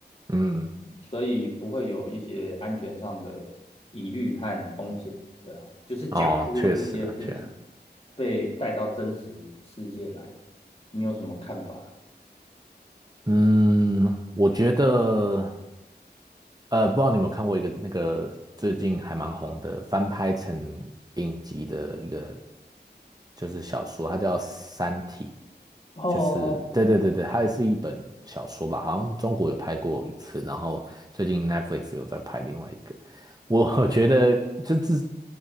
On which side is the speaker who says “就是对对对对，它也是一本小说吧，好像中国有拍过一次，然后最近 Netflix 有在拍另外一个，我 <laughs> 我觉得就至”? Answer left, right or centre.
Right